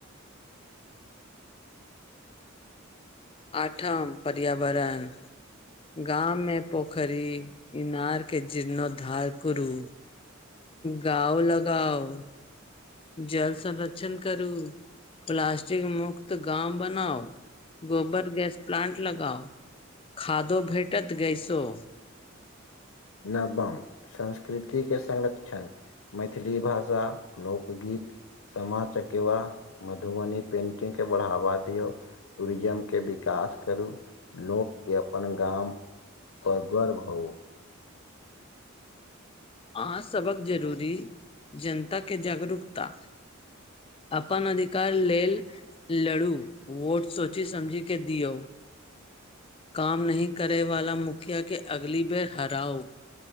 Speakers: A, on the left; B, on the left.
A: आठम पर्यावरण, गाँव में पोखरी, इनार के जीर्णोधार करू। गाउ लगाउ। जल संरक्षण करू, प्लास्टिक मुक्त गाम बनाउ। गोबर गैसों प्लांट लगाओ, खादो भेटत गैसों।
B: नवम संस्कृति के संरक्षण। मैथिली भाषा, लोक गीत सामा चकेवा, मधुबनी पेंटिंग के बढ़ावा दियो। टूरिज्म के विकास करू, लोक के अपन गाम कड़गर् हो।
A: अहां सबहक जरूरी, जनता के जागरूकता। अपन अधिकार लेल लड़ू वोट सोची समझी के दियो। काम न करे वाला मुखिया के अगली बेर हराउ